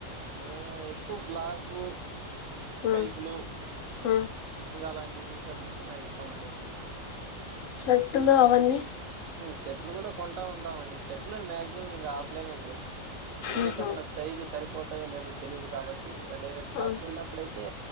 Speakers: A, on the right; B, on the left.
A: నేను ఎక్కువ బ్లాకు స్కై
B: ఆ
A: బ్లూ
B: ఆ
A: ఇంకా అలాంటివి టీషర్ట్లు అంటే నాకు ఇష్టమండి
B: షర్ట్టులు అవన్నీ
A: షర్ట్లు కూడా కొంటా ఉంటాం అండి షర్ట్లు మాక్సిమం ఇంకా ఆఫ్లైన్ అండి ఎందుకంటే
B: ఆహా
A: మనకు సైజు సరి పోతాయ లేదో తెలియదు కాబట్టి ఇంకా డైరెక్ట్ షాప్కి
B: ఆ
A: వెళ్ళినప్పుడు అయితే